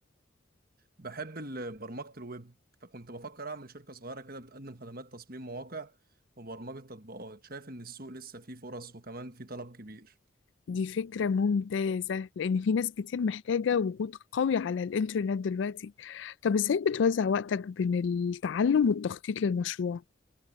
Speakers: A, on the right; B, on the left.
A: بحب ال- برمجة الويب فكنت بفكر أعمل شركة صغيرة كده بتقدم خدمات تصميم مواقع وبرمجة تطبيقات شايف إن السوق لسه فيه فرص وكمان فيه طلب كبير
B: دي فكرة ممتازة لأن في ناس كتير محتاجة وجود قوي على الإنترنت دلوقتي طب إزاي بتوزع وقتك بين التعلم والتخطيط للمشروع؟